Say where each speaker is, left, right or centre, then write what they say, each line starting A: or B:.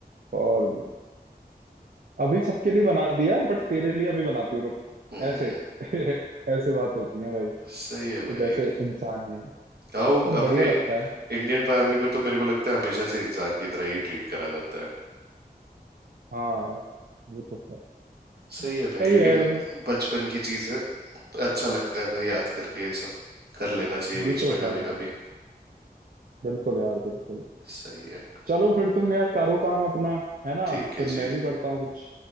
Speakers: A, on the right; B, on the right.
A: और अभी सबके लिए बना दिया बट तेरे लिए अभी बनाती हूँ रुक
B: हम्म
A: ऐसे <laughs> ऐसे बात होती है भाई
B: सही
A: कि
B: है भाई
A: जैसे इंसान ही है
B: हाँ
A: तो
B: वो अपने
A: बढ़िया लगता है
B: इंडियन फैमिली में तो मेरे को लगता है हमेशा से इंसान की तरह ही ट्रीट करा जाता है
A: हाँ यार वो तो है
B: सही
A: सही
B: है भाई लेकिन
A: है मतलब
B: बचपन की चीजें तो अच्छा लगता है भाई याद करके ये सब कर लेना चाहिए
A: ये
B: बीच
A: तो
B: में कभी
A: है यार
B: कभी
A: बिल्कुल यार बिल्कुल
B: सही है
A: चलो फिर तुम यार करो काम अपना है ना
B: ठीक है
A: फिर
B: जी
A: मैं भी करता हूँ कुछ